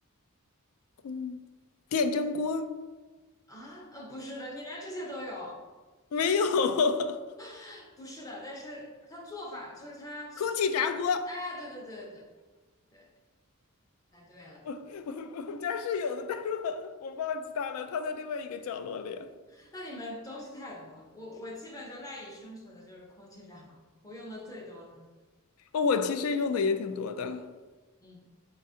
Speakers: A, on the left; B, on the left.
A: 空，电蒸锅
B: 啊？呃，不是的，你连这些都有，
A: 没有，<laughs>
B: <laughs> 不是的，但是它做法就是它，
A: 空气炸锅。
B: 哎，对对对对对，猜对了。
A: 我我们家是有的，但是我我忘记它了，它在另外一个角落里。
B: <laughs> 那你们东西太多了，我我基本就赖以生存的就是空气炸锅，我用的最多的。
A: 哦，我其实用的也挺多的。
B: 嗯，